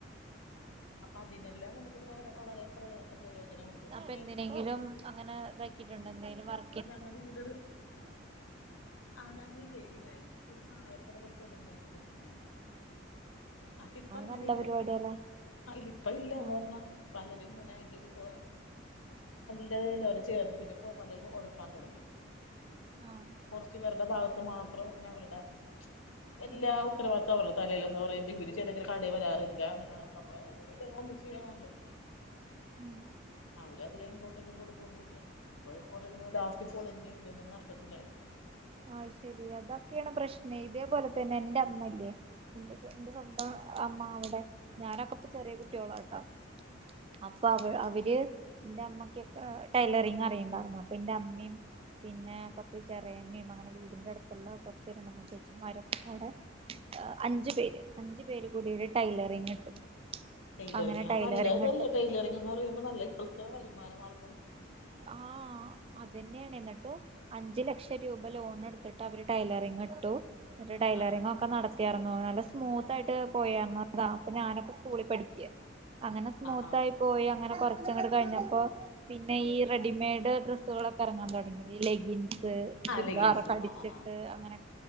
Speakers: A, on the left (about 90°); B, on the right (about 30°).
A: അപ്പ അതിനെല്ലാം നമുക്ക് വളരെ പ്രയ പ്രയോജനമുണ്ട്.
B: അപ്പൊ
A: ഈ
B: എന്തിനെങ്കിലും
A: അയൽക്കൂട്ടം കൊണ്ട്.
B: അങ്ങനെ ഇതാക്കിയിട്ടുണ്ടോ? എന്തെലും വർ
A: ഞങ്ങ ഈട് ആഹ്, ഞങ്ങ ഇല്ലേ ഇനെ ഒരു ചായക്കട കൂടി തുടങ്ങിയായിരി കൊട്ത്തക്കേനി. ആഹ്, പ്പ ഇപ്പ അങ്ങനെ
B: നല്ല
A: ഇല്ലട്ട.
B: പരിപാടിയല്ലേ
A: ആ ഇല്ല ഇപ്പ ഇല്ല <unintelligible>
B: ആഹ്
A: പലരും ഇങ്ങനെ ഇത് കൊ <unintelligible> ചേർന്ന് <unintelligible> പ്പാൻ തുടങ്ങി.
B: ആഹ്
A: കൊറച്ച് പേരുടെ ഭാഗത്ത് മാത്രം ഇനെ അവരുടെ എല്ലാ
B: ആഹ്
A: ഉത്തരവാദത്തവരത്ത തലേല്ന്ന് പറയ്മ്പം ഇവര് ചെലങ്ങനെ കടെ വരാറില്ല. അങ്ങനെ നമ്മ എ എ എഎല്ലാവരും ഒന്നിച്ച് ചെയ്യണമല്ലോ.
B: <unintelligible>
A: അവര് അധികം ഇമ്പോർട്ടന്റും കൊടുക്കൊന്നും ഇല്ല. ഇ <unintelligible> കൊറെ ഇങ്ങനെ ലാസ്റ്റ് പൊളിഞ്ഞ് ഇതെ മനി നഷ്ടത്തിലായി.
B: ആയ് ശരി, അതൊക്കെയാണ് പ്രശ്നേ, ഇതേപോലെ തന്നെ എന്റെ മ്മല്ലേ ഇന്റസൊ ഇന്റെ സൊ ആഹ്, അമ്മ അവിടെ ഞാനൊക്കെ അപ്പ ചെറിയ കുട്ടിയോള ട്ടോ. അപ്പൊ അവ അവര്. ഇന്റെ അമ്മക്കൊക്കെ ടൈലറിങ് അറിയണ്ടായിരുന്നു. അപ്പൊ ഇന്റെ അമ്മിം പിന്നെ കൊറച്ച് ചെറിയ ഇന്നെ അമ്മ അങ്ങനെ വീടിന്റെടുത്തുള്ള കൊറച്ച് രണ്ടു മൂന്ന് ചേച്ചിമാരൊക്കെ പാടെ ഏ അഞ്ചു പേര്, അഞ്ചു പേരും കൂടി ഒരു ടൈലറിങ് ഇട്ടു.
A: ടെയിലറിങ്
B: അങ്ങനെ
A: ആ
B: ടൈലറിങ്
A: നല്ലതല്ലേ,
B: ഇട്ട്
A: ടെയിലറിങ്ന്ന് പറയുമ്പോ നല്ല ഇപ്പോഴത്തെ വരുമാനമാർഗ്ഗം.
B: ആഹ് അതന്നേണെ, ന്നട്ട് അഞ്ചു ലക്ഷം രൂപ ലോൺ എടുത്തിട്ട് അവര് ടൈലറിങ് ഇട്ടു. ന്നട്ട് ടൈലറിങ്ങ്
A: ആ ആ
B: ഒക്കെ നട ത്തി എറങ്ങോ, നല്ല സ്മൂത്ത് ആയിട്ട് പോയാമതാ. അപ്പൊ ഞാനൊക്കെ സ്കൂളിൽ പഠിക്ക്യ. അങ്ങനെ സ്മൂത്ത്
A: ആ ആ
B: ആയി പോയി അങ്ങനെ കൊറച്ചങ്ങട് കഴിഞ്ഞപ്പോ പിന്നെ ഈ റെഡിമെയ്ഡ് ഡ്രസ്സുകളൊക്കെ എറങ്ങാൻ തുടങ്ങി. ഈ ലെഗിൻസ്
A: ആ
B: ചുരിദാറൊക്കെ
A: ലെഗിൻസ്
B: അടിച്ചിട്ട്
A: ആ ആ ആ
B: അങ്ങനെ.